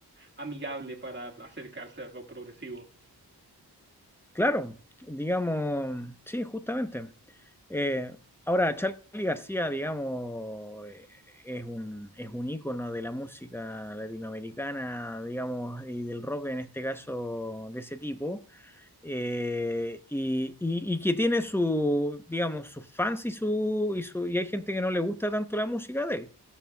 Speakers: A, on the right (about 30°); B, in the centre.
A: amigable para acercarse al rock progresivo.
B: Claro, digamos, sí, justamente. Eh, ahora, Charly García, digamos, eh, es un, es un ícono de la música latinoamericana, digamos, y del rock en este caso de ese tipo, eh, y, y- y que tiene su, digamos, sus fans y su, y su, y hay gente que no le gusta tanto la música de él.